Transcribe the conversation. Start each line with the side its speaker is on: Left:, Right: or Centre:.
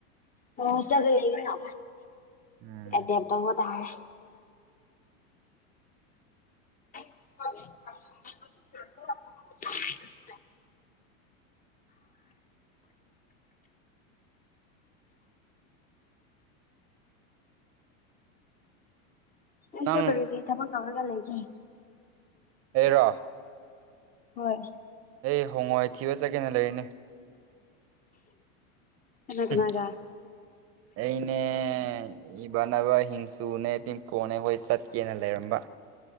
Left: ꯍꯣꯢ ꯍꯣꯁꯇꯦꯜꯗ ꯂꯩꯌꯦꯅ
Right: ꯎꯝ
Left: ꯑꯦꯗꯦꯞ ꯇꯧꯕ ꯇꯥꯔꯦ <unintelligible> ꯑꯩꯁꯨ
Right: ꯅꯪ
Left: ꯀꯔꯤꯒꯤ ꯊꯕꯛ ꯇꯧꯔꯒ ꯂꯩꯒꯦ
Right: ꯑꯦꯔꯣ
Left: ꯍꯣꯏ
Right: ꯑꯩ ꯍꯣꯡꯉꯣꯏ ꯊꯤꯕ ꯆꯠꯀꯦꯅ ꯂꯩꯔꯤꯅꯦ
Left: ꯀꯅꯥ ꯀꯅꯥꯒ
Right: ꯍꯨꯝ ꯑꯩꯅꯦ ꯏꯕꯅꯕ ꯍꯤꯡꯁꯨꯅꯦ ꯇꯤꯝꯀꯣꯅꯦ ꯑꯈꯣꯏ ꯆꯠꯀꯦꯅ ꯂꯩꯔꯝꯕ